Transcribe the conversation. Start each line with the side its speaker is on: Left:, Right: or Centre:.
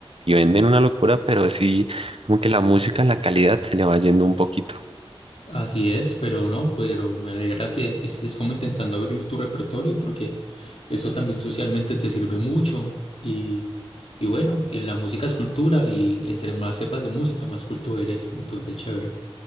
Right: y venden una locura, pero sí, como que la música, la calidad se le va yendo un poquito.
Left: así es, pero no, pero me alegra que estés como intentando abrir tu repertorio porque eso también socialmente te sirve mucho y, y bueno, en la música es cultura y entre más sepas de música, más culto eres, entonces chévere.